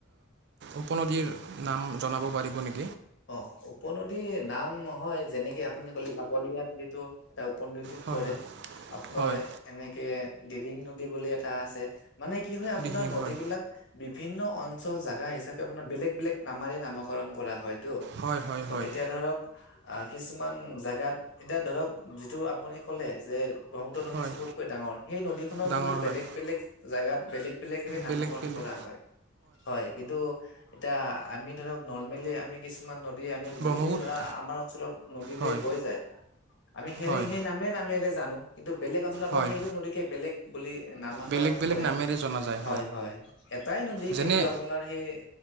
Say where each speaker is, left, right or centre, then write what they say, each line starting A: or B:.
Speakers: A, on the right; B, on the left.
A: উপনদীৰ নাম জনাব পাৰিব নেকি?
B: অ উপনদীৰ নামহয় যেনেকে আপুনি কলে পাগলীয়া নদীটো এটা পদীত
A: হয়
B: পৰে
A: হয়
B: আপোনাৰ
A: হয়
B: এনেকে দিহিং নদী বুলি এটা আছে। মানে কি হয় আপোনাৰ
A: দিহিং
B: নদীবলাক
A: হয়
B: বিভিন্ন অঞ্চল জোগা হিচাপে আপোনাৰ বেলেগ বেলেগ নামাৰে নামকৰণ কৰা হয়। ত'
A: হয় হয় হয়
B: এতিয়া ধৰক আহ কিছুমান জেগাত এতিয়া ধৰক যিটো আপুনি ক'লে যে ব্ৰহ্মপুত্ৰ নদী
A: হয়
B: চবতকৈ ডাঙৰ সেই নদীখনৰওঁ
A: ডাঙৰ
B: কিন্তু বেলেগ
A: হয়
B: বেলেগ জাগাত বেলেগ বেলেগেৰে নামকৰণ
A: বেলেগ বেলেগ
B: কৰা হয় কিন্তু এতিয়া আমি ধৰক নৰ্মেলি আমি কিছুমান আমি
A: ব্ৰহ্মপুত্ৰ
B: যিখিনি ধৰা আমাৰ অঞ্চলত নদীতে
A: হয়
B: গৈ যায় আমি সেনে
A: হয়
B: সেই নামে নামেৰে জানো কিন্তু বেলেগ অঞ্চলত আকৌ
A: হয়
B: সেইটো নদীকে বেলেগ বুলি নামাকৰণ
A: বেলেগ বেলেগ
B: কৰে।
A: নামেৰে জনা যায়
B: হয় হয় এটাই নদী
A: যেনে
B: কিন্তু আপোনাৰ সেই